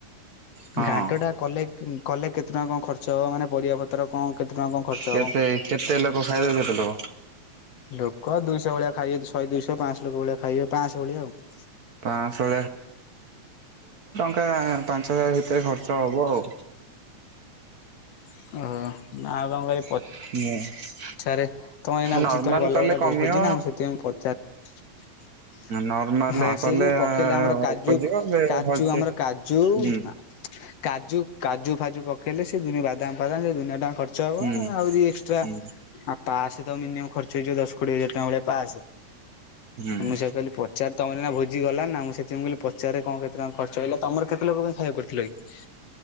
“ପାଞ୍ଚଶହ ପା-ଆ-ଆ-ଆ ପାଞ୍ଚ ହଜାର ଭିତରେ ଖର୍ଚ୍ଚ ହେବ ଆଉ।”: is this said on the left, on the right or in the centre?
Right